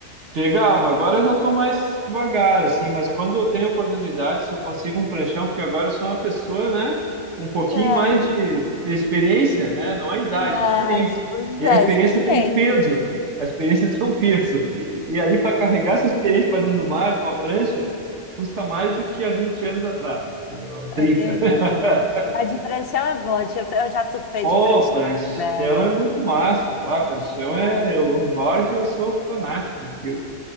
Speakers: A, on the right; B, on the left.
A: Pegava, agora eu já estou mais devagar, assim, mas quando eu tenho oportunidade, se eu consigo um pranchão, porque agora eu sou uma pessoa, né, com um pouquinho
B: Ah,
A: mais de, de experiência, né, não a idade,
B: ai,
A: a experiência.
B: pois
A: E
B: é,
A: a experiência
B: experiência.
A: tem um peso, a experiência <laughs> tem um peso. E aí, para carregar essa experiência para dentro do mar com a prancha, custa mais do que há 20 anos atrás, entendeu? Ou 30.
B: É verdade.
A: <laughs>
B: Mas de pranchão é bom. Eu, eu já surfei
A: Pô,
B: de pranchão
A: pranchão
B: velha.
A: é muito massa, lá pranchão
B: Ai,
A: é, eu longboard, eu sou fanático naquilo.